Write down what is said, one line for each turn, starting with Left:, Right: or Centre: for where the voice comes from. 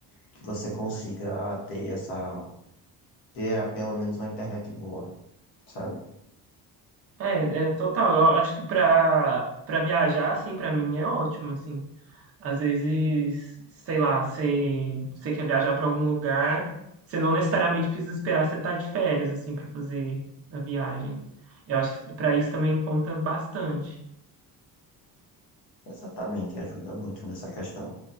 Left: que você consiga ter essa ter ah, pelo menos uma internet boa, sabe?
Right: É, é total. Eu acho que pra, pra viajar, assim, pra mim é ótimo, assim. Às vezes, sei lá, você, você quer viajar para algum lugar, você não necessariamente precisa esperar você estar de férias, assim, para fazer a viagem. Eu acho que para isso também conta bastante.
Left: Exatamente, ajuda muito nessa questão,